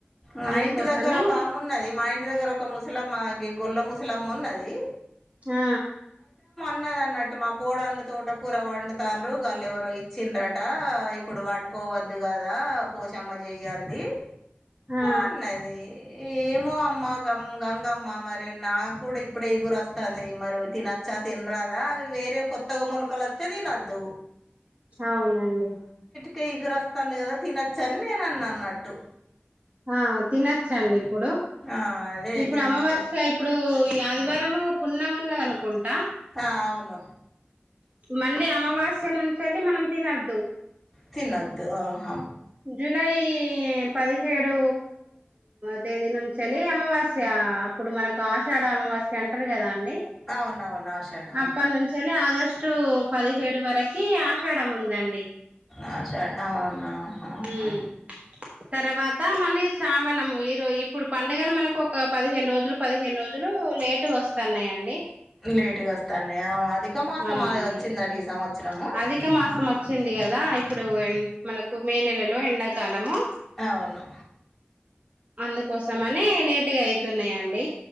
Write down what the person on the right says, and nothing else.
అందుకోసమే
ఆ
ఆ
అవునండి
ఆ తినచ్చండి ఇప్పుడు
ఇప్పుడు
అమావాస్య ఇప్పుడు ఈ ఆదివారంము పున్నామున్నది అనుకుంటా
మళ్ళీ అమావాస్య నుంచేళ్ళి మనం తినొద్దు
జులై పదిహేడు తేదీ నుంచేలి అమావాస్య అప్పుడు మనకు ఆషాఢ అమావా సెంటర్ కదా అండి
అప్పటి నుంచెల్లి ఆగస్టు పదిహేడు వరకు కి ఆషాఢ ఉందండి
ఉమ్
తర్వాత మళ్ళీ శ్రావణము ఈరో ఇప్పుడు పండుగలు మనకు ఒక పదిహేను రోజులు పదిహేను రోజులు లేటుగా వస్తున్నాయండి
ఆ అవునండి
అధిక మాసం వచ్చింది కదా ఇప్పుడు మనకు మే నెలలో ఎండాకాలము
అందు కోసమనే లేటుగా అయితున్నాయండి